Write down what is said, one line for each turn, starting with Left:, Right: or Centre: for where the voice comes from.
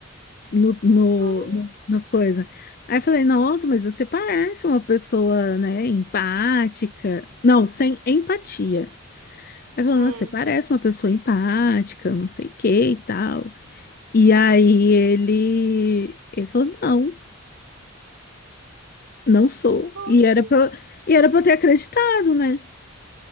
Left: no, no,
Right: Hum,
Left: no- na coisa. Aí eu falei, nossa, mas você parece uma pessoa, né, empática. Não, sem empatia. Aí falou,
Right: hum.
Left: nossa, você parece uma pessoa empática, não sei o que e tal. E aí ele, ele falou, não, não sou.
Right: oxe,
Left: E era pra, eu- e era pra eu ter acreditado, né?